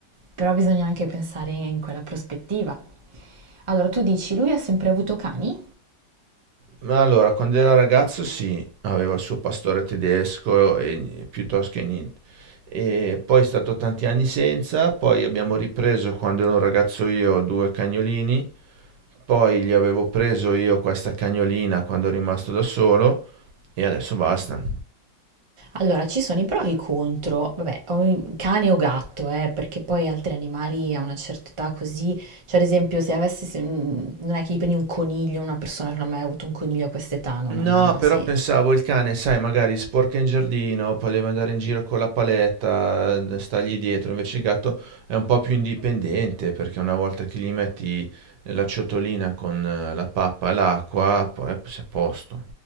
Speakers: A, on the right; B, on the right.
A: però bisogna anche pensare in quella prospettiva. Allora tu dici, lui ha sempre avuto cani?
B: Ma Allora, quando era ragazzo sì, aveva il suo pastore tedesco e piuttosto che niente. E poi è stato tanti anni senza, poi abbiamo ripreso quando ero un ragazzo io due cagnolini Poi gli avevo preso io questa cagnolina quando ero rimasto da solo e adesso basta.
A: Allora, ci sono i pro e i contro, vabbè, o cane o gatto, eh, perché poi altri animali a una certa età così, cioè ad esempio se avessi, se- mm, non è che gli prendi un coniglio, una persona che non ha mai avuto un coniglio a quest'età, non,
B: No,
A: non ha non ha
B: però
A: senso.
B: pensavo il cane, sai, magari sporca in giardino, poi deve andare in giro con la paletta, eh, stargli dietro. Invece il gatto è un po' più indipendente perché una volta che gli metti la ciotolina con eh, la pappa e l'acqua, poi sei a posto.